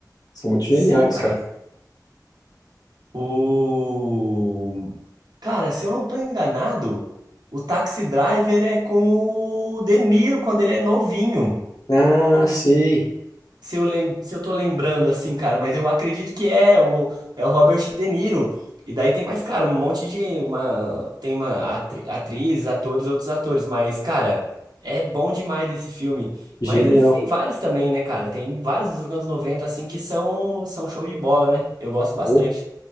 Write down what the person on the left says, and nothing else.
São muito geniais,
cara.
Ah, sei.
Genial.
Pô,